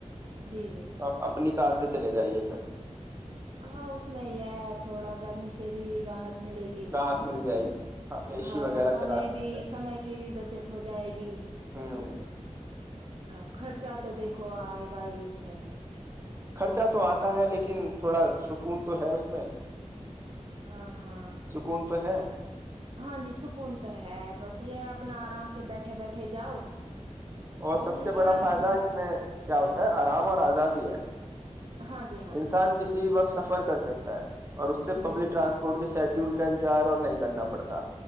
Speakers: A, on the right (about 45°); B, on the right (about 20°).
A: جی جی
B: تو
A: جی
B: آپ اپنی کار سے چلے جائیے پھر
A: ہاں اس میں یہ ہے تھوڑا گرمی سے بھی رحت ملے گی
B: راحت مل جائے گی ہاں اے
A: اوراں
B: سی وغیرہ
A: سمے
B: چلا سکتے
A: بھی سمے کی بھی بچت ہو جائے گی
B: ہیں ہ
A: ہاں خرچہ تو دیکھو آئے گا ہی اس میں
B: خرچہ تو آتا ہے لیکن تھوڑا سکون تو ہے اس میں
A: ہاں ہاں
B: سکون تو ہے
A: ہاں جی سکون تو ہے بس یہ اپنا آرام سے بیٹھے بیٹھے جاؤ
B: اور سب
A: یہ
B: سے
A: کیا
B: بڑا
A: کہ
B: فائدہ اس میں کیا ہوتا ہے آرام اور آزادی ہے
A: ہاں جی ہاں
B: انسان
A: جی
B: کسی بھی وقت سف سفر کر سکتا ہے اور اس سے پبلک
A: بالکل
B: ٹرانسپورٹ کے شیڈیول کا انتظار اور نہیں کرنا پڑتا